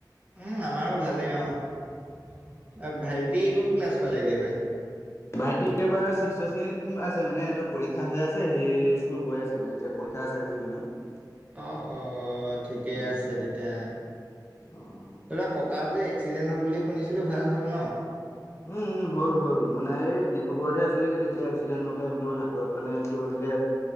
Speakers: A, on the right; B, on the left.
A: উম, আমাৰো ভালে অ', ভাইটি কোন ক্লাছ পালেগে এইবাৰ?
B: ভাইটি এইবাৰ ছিক্স শ্ৰেণীত আছে মানে, সিহঁত পৰীক্ষা হৈ আছে সি স্কুল গৈ আছে মানে এতিয়া। পৰীক্ষা আছে আজিৰ দিনত।
A: অ অ ঠিকেই
B: উম,
A: আছে তেতিয়া
B: অ', অ'।
A: ধৰা ককা যে এক্সিডেণ্ট হ'ল বুলি শুনিছিলো ভাল হ'ল ন?
B: উম উম হ'ল হ'ল মানে এই ডিবুগড়হে আছিলে তেতিয়া এক্সিডেণ্ট হওঁতে আপোন হাতত মানে এইটো এ যে